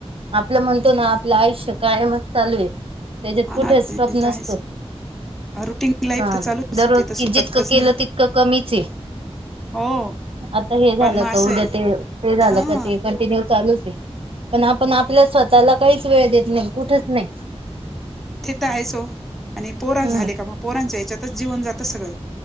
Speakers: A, on the right; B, in the centre.
A: आपलं म्हणतो ना आपलं आयुष्य कायमचं चालू आहे त्याच्यात कुठे
B: अनात
A: स्टॉप
B: नाही
A: नसतो.
B: तर आहेच रुटीन लाईफ
A: का
B: तर चालूच
A: दररोज
B: आहे ते तर
A: कि
B: सुटतच
A: जितकं केलं
B: नाही
A: तितकं कमीचं आहे.
B: हो
A: आता हे झालं
B: पण मग
A: का
B: असं
A: उद्या
B: आहे
A: ते - ते झालं
B: हा
A: का ते कंटिन्यू चालूचं हे. पण आपण आपल्या स्वतःला काहीचं वेळ देत नाही कुठंच नाही.
B: ते त आहेच ओ आणि हे पोरा
A: हम्म
B: झाले का मग पोरांच्या याच्यातचं जीवन जातं सगळं.